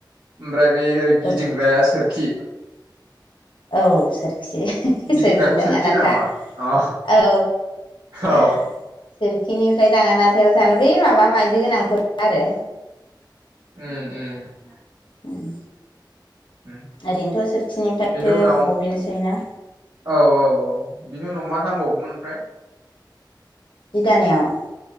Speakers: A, on the right (about 75°); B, on the left (about 85°).
A: ओमफ्राय बै ओरै गिदिंग्राया
B: जथर
A: सोरखि।
B: औ सोर। खि
A: गिदिंग्राखौ
B: सोरखि दाङानाथा
A: होना होमबा अ
B: औ।
A: औ
B: सोरखिनिफ्राय दाङानाथायाव सानो बै माबा मायदि गोनांफोर आरो।
A: ओम-ओम।
B: ओम
A: उम
B: ओरैनोथ' सोरखिनिफ्रायसो
A: बेनि उनाव
B: बबिनसोयोना।
A: औ औ औ बिनि उनाव मा नामबावगौमोन ओमफ्राय।
B: जिदानाययाव।